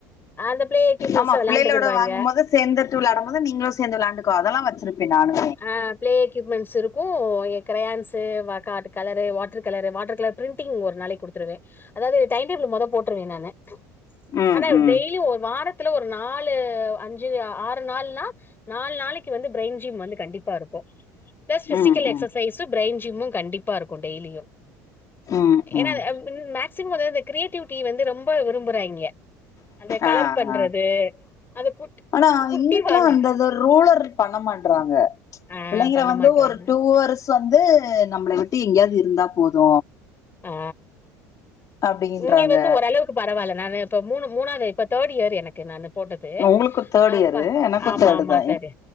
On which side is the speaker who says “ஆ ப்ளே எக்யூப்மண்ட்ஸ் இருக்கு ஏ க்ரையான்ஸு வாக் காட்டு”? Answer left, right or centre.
Left